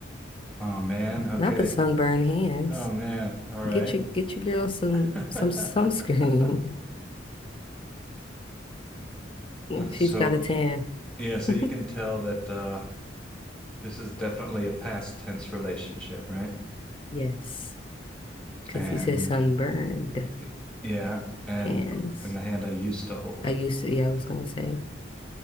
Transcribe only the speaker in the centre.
Oh man, okay.
Oh man, all right.
<laughs>
Uh,
so
yeah, so
you can tell that uh this is definitely a past tense relationship, right?
And
y- yeah, and
and the hand I used to hold.